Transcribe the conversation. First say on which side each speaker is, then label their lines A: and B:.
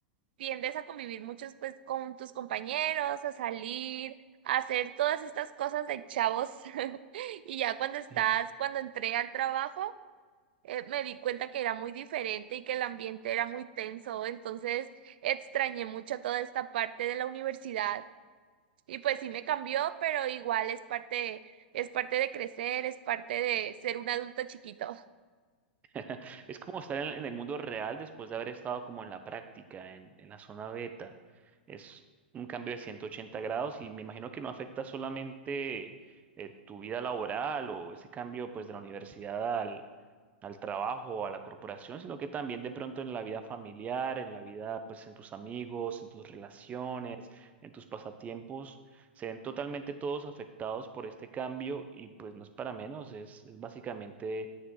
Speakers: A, on the right; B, on the right.
A: tiendes a convivir muchos pues con tus compañeros, a salir, a hacer todas estas cosas de chavos. <laughs> Y ya cuando estás,
B: <laughs>
A: cuando entré al trabajo, eh, me di cuenta que era muy diferente y que el ambiente era muy tenso, entonces extrañé mucho toda esta parte de la universidad. Y pues sí me cambió, pero igual es parte, es parte de crecer, es parte de ser un adulto chiquito.
B: <laughs> Es como estar en, en el mundo real después de haber estado como en la práctica, en, en la zona beta. Es un cambio de 180 grados y me imagino que no afecta solamente eh, tu vida laboral o ese cambio pues de la universidad al trabajo o a la corporación, sino que también de pronto en la vida familiar, en la vida, pues en tus amigos, en tus relaciones, en tus pasatiempos, se ven totalmente todos afectados por este cambio y pues no es para menos, es, es básicamente